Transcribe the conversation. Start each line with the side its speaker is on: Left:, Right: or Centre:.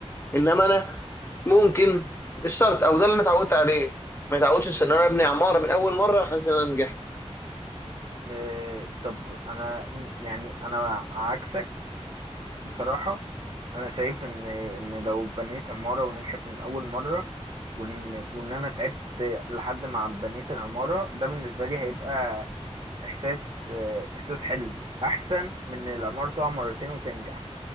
Left: انما انا ممكن مش شرط او ده اللي انا اتعودت عليه ما اتعودتش ان انا ابني عماره من اول مره احس ان انا نجحت
Right: اه طب انا يعني انا عكسك بصراحة أنا شايف إن إن لو بنيت عمارة ونجحت من أول مرة وإن وإن أنا تعبت لحد ما بنيت العمارة ده بالنسبة لي هيبقى إحساس إحساس حلو أحسن من إن العمارة تقع مرتين وتنجح